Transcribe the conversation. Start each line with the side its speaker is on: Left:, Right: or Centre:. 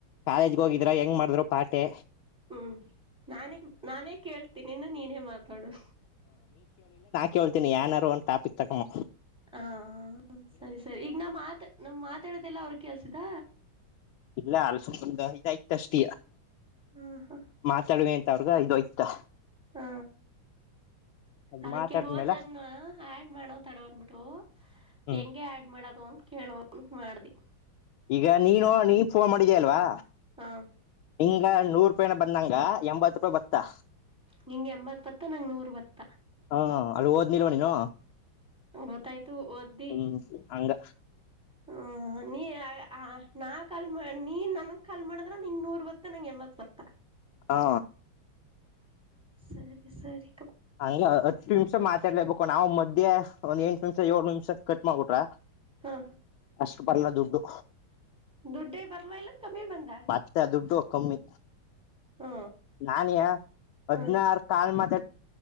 Left: ಕಾಲೇಜ್ಗೆ ಹೋಗಿದ್ರ ಹೆಂಗ್ ಮಾಡಿದ್ರು ಪಾಟೆ
Centre: ಹ್ಮ್ ನಾನೇ ನಾನೇ ಕೇಳ್ತೀನಿ ನೀನೇ ಮಾತಾಡು
Left: ಕೇಳ್ತಿನಿ ಏನರ ಒನ್ ಟಾಪಿಕ್ ತಗಮ್ಮ
Centre: ಹ ಸರಿ ಸರಿ ಈಗ ನಮ್ ಮಾತ ನಮ್ ಮಾತಾಡೋದೆಲ್ಲ ಅವರಿಗೆ ಕೆಲಸತ್ತ್
Left: ಇಲ್ಲ ಅಲ್ಸ ಇದಾಯ್ತ ಅಷ್ಟ
Centre: ಹಾ ಹಾ
Left: ಮಾತಾಡುವೆ ಅ ಸಾವಿರದ ಐದು ಐದ ತಾ
Centre: ಹಾ
Left: ಅದ್
Centre: ಅದಕ್ಕೆ
Left: ಮಾತಾಡ್ಮೇಲೆ
Centre: ರೋಜನ್ನ ಆಡ್ ಮಾಡೋ ತಡವನ್ಬಿಟ್ಟು
Left: ಹ್ಮ್
Centre: ಹೆಂಗೆ ಆಡ್ ಮಾಡೋದು ಅಂತ ಕೇಳು ಅಂತ ಮಾಡ್ದಿ.
Left: ಈಗ ನೀನು ನೀವ ಫೋನ್ ಮಾಡಿದ್ಯಾಲ್ವಾ
Centre: ಹಾ
Left: ಹಂಗ ನೂರು ರೂಪಾಯಿನ ಬಂದ್ಂಗ ಎಂಬತ್ತು ರೂಪಾಯಿ ಬತ್ತಾ.
Centre: ನಿಂಗೆ ಎಂಬತ್ ಬತ್ತ ನಂಗ್ ನೂರ್ ಬತ್ತ.
Left: ಹಾ ಅಲ್ಲಿ ಓದಲಿಲ್ವ ನೀನು
Centre: ಗೊತ್ತಾಯ್ತು ಓದ್ದಿ
Left: ಹ್ಮ್ ಹಂಗ
Centre: ಹ ನೀ ಹ ನಾ ಕಾಲ್ ನೀ ನನ್ಗ್ ಕಾಲ್ ಮಾಡದ್ರ ನಿನ್ಗ ನೂರ ಬರುತ್ತಾ ನಂಗ ಎಂಬತ್ ಬತ್ತ
Left: ಹಾ
Centre: ಸರಿ ಸರಿ
Left: ಹಂಗ ಹತ್ತು ನಿಮಿಷ ಮಾತಾಡ್ಲೇಬೇಕು ನಾವ್ ಮದ್ಯ ಒಂದ್ ಎಂಟು ನಿಮಿಷ ಏಳ ನಿಮಿಷ ಕಟ್ ಮಾಡ್ಬಿಟ್ರ
Centre: ಹಾ
Left: ಅಷ್ಟು ಪರ್ಲ್ಲ ದುಡ್ಡು
Centre: ದುಡ್ಡೆ ಬರ್ವಾ ಎಲ್ಲ ಕಮ್ಮಿ ಬಂದ
Left: ಮತ್ತೆ ದುಡ್ಡು ಕಮ್ಮಿ
Centre: ಹಾ
Left: ನಾನಯ ಹದಿನಾರು
Centre: ಹಾ
Left: ಕಾಲ್ ಮಾಡ್